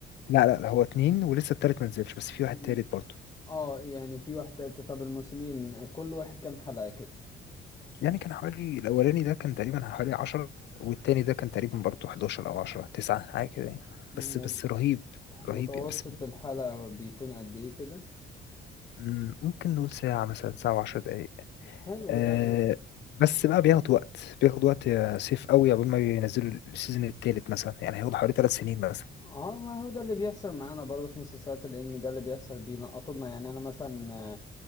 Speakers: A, on the left; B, on the left.
A: لا لا لا، هو اتنين ولسه التالت ما نزلش بس في واحد
B: ال-
A: تالت برضه
B: اه يعني في واحد تالت. طب الموسمين كل واحد كام حلقة كده
A: يعني كان حوالي الأولاني ده كان تقريبا حوالي عشرة والتاني ده كان تقريبا برضه 11 أو 10 تسعة حاجة كده يعني
B: م-
A: بس بس رهيب
B: متوسط
A: رهيب يعني بس
B: الحلقة بيكون قد ايه كده
A: مم، ممكن نقول ساعة مثلا ساعة وعشر دقايق
B: حلو
A: آه
B: ده يعني
A: بس بقى بياخد وقت بياخد وقت يا سيف قوي قبل ما ينزلوا السيزون التالت مثلا يعني هياخد حوالي ثلاث سنين مثلا
B: اه ما هو ده اللي بيحصل معانا برضه في مسلسلات الانمي ده اللي بيحصل بينقطولنا يعني انا مثلا آه